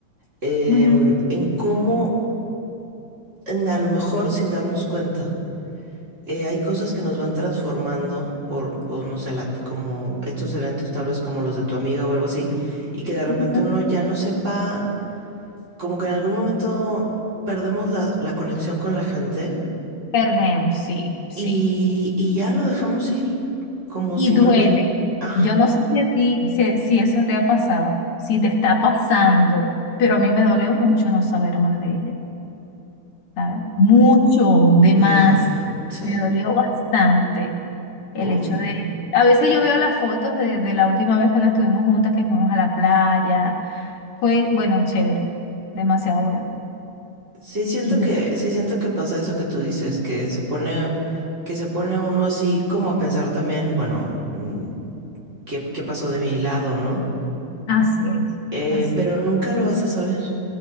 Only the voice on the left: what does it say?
Ujú.
Ujú.
Perdemos, sí, sí.
Y
duele.
Yo no sé si a ti, si, si eso te ha pasado, si te está pasando, pero a mí me dolió mucho no saber más de ella, ¿sabes? Mucho de
más.
Me dolió bastante el
hecho de... A veces yo veo las fotos de, de la última vez cuando estuvimos juntas, que fuimos a la playa. Fue, bueno, chévere, demasiado bueno.
Y yo,
así es,
así
es.